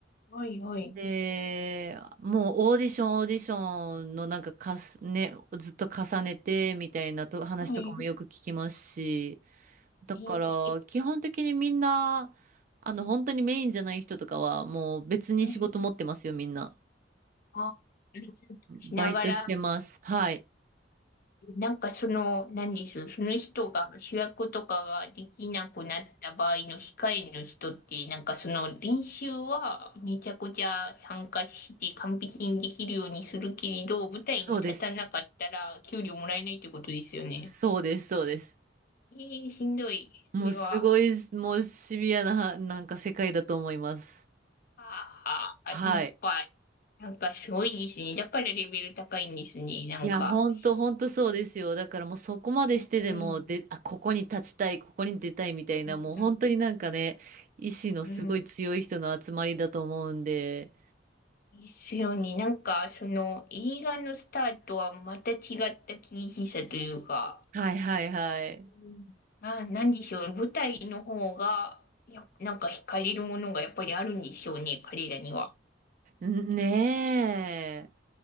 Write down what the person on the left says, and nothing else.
はい、はい、
はい、
えー
はい、あ、
しながら、
なんかその、何です、その人が主役とかができなくなった場合の控えの人って、なんかその練習はめちゃくちゃ参加して完璧にできるようにするけれど、舞台に立たなかったら給料もらえないってことですよね。
えー、しんどい。
それは、
あーあー、
やっぱ、なんかすごいですね。だからレベル高いんですね。なんか、
し
うん、
うん、
うん。ですよね。なんか、その映画のスタートはまた違った厳しさというか、
うんあ、なんでしょうね。舞台の方が、や、なんか惹かれるものがやっぱりあるんでしょうね、彼らには。